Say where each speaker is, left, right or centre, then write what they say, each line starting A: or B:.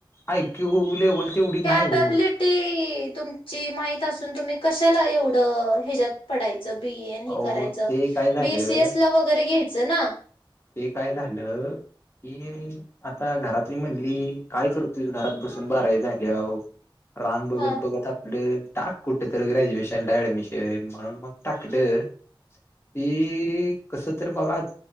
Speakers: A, on the left; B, on the left.
A: एक्यू लेवल तेवढी नाही
B: त्यात
A: हो.
B: तबलिक ते तुमची माहित असून तुम्ही कशाला एवढं ह्याच्यात पडाय बीएन ह
A: अहो
B: करायच
A: ते काय झालं
B: बीसीएस ला वगैरे घ्यायचं ना
A: ते काय झालं की आता घरातली म्हणली काय करतोय घरात बसून बाराई झाल्यावर रान बघत
B: हा
A: बघत आपल टाक कुठं तर ग्रॅज्युएशनला ऍडमिशन म्हणून मग टाकलं. ती कस तर बघा